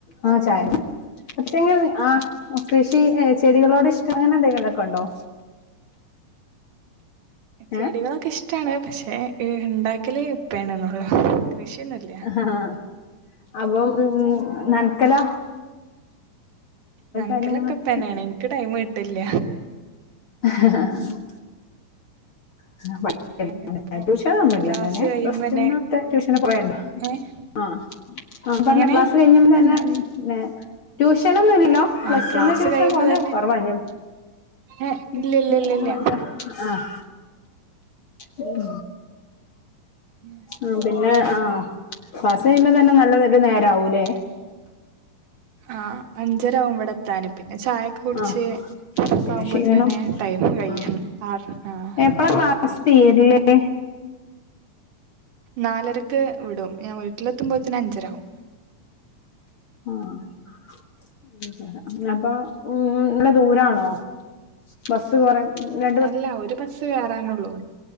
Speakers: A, on the left; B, on the right.
A: ആഹ് ചായ <unintelligible> ആഹ് കൃഷി ചെടികളോടി <unintelligible> അങ്ങനെന്തങ്കിലൊക്കെ ഉണ്ടോ
B: ചെടികളൊക്കെ
A: ഏ
B: ഇഷ്ടാണ് പക്ഷെ ഇണ്ടാക്കല് <unintelligible> കൃഷിയൊന്നും ഇല്ല
A: ആഹ് അപ്പം ഉം നനക്കലൊ
B: നനക്കലൊക്കെ
A: കാര്യങ്ങളൊക്കെ
B: <unintelligible> എനിക്ക് ടൈമ് കിട്ടില്ല
A: ആഹ് <unintelligible>
B: ഞാനിപ്പോ
A: ട്യൂഷനൊന്നുല്ലല്ലോലെ
B: ക്ലാസ് കഴിയുമ്പന്നെ
A: പ്ലസ് ടു ന്നൊക്കെ ട്യൂഷന് പോയണ്ടോ
B: ഏഹ്
A: ആഹ് ആഹ് പറഞ്ഞോ
B: എങ്ങനെ
A: ക്ലാസ് കഴിഞ്ഞപ്പത്തന്നെ ട്യൂഷനൊന്നും ഇല്ലല്ലോ പ്ലസ്
B: ആഹ് ക്ലാസ്
A: വൺ ട്യൂഷൻ
B: കഴിയുമ്പോ
A: പോവാല്
B: തന്നെ ഏഹ്
A: <unintelligible>
B: ഇല്ല ഇല്ല ഇല്ല ഇല്ല
A: ആഹ് ഉം
B: ഉം
A: ആഹ് പിന്നെ ആഹ് ക്ലാസ്സ് കഴിയ്യുമ്പോ തന്നെ നല്ല ഒരു നേരാവൂല്ലേ
B: ആഹ് അഞ്ചര ആവും ഇവിടെ എത്താന് പിന്നെ ചായൊക്കെ കുടിച്ച്
A: ആ പിന്നെ
B: ആവുമ്പോത്തന്നെ
A: ക്ഷീണം
B: ടൈമ് കഴിയ്യും
A: ആ
B: ആറ് ആഹ്
A: എപ്പഴാ ക്ലാസ് തീരില്ലേ
B: നാലരക്ക് വിടും ഞാൻ വീട്ടിലെത്തുമ്പോഴ്ത്തേന് അഞ്ചര ആകും
A: ആഹ് അപ്പൊ ഉം നല്ല ദൂരാണോ ബസ് കൊറേ ഉം <unintelligible>
B: അല്ല ഒരു ബസ് കേറാനൊള്ളൂ